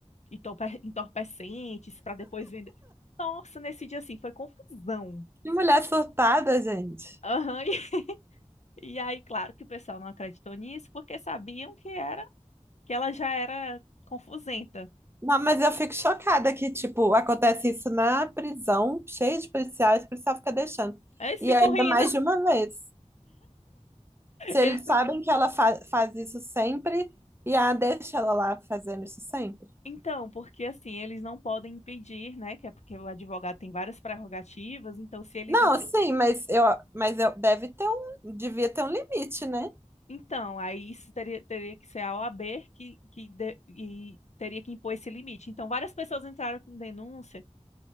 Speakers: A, on the left; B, on the right.
A: entorpe- entorpecentes para depois vender. Nossa, nesse dia assim foi confusão.
B: Que mulher surtada, gente.
A: Aham, e, <laughs> e aí, claro que o pessoal não acreditou nisso porque sabiam que era que ela já era confusenta.
B: Não, mas eu fico chocada que, tipo, acontece isso na prisão, cheio de policiais, o policial fica deixando.
A: Aí eles
B: E
A: ficam
B: ainda
A: rindo.
B: mais de uma vez. Se eles
A: Eles...
B: sabem que ela fa- faz isso sempre, e a deixa ela lá fazendo isso sempre.
A: Então, porque assim, eles não podem impedir, né? Que é porque o advogado tem várias prerrogativas, então se eles
B: Não, sim, mas eu, mas eu deve ter um, devia ter um limite, né?
A: Então, aí isso teria, teria que ser a OAB que, que de- e teria que impor esse limite. Então, várias pessoas entraram com denúncia,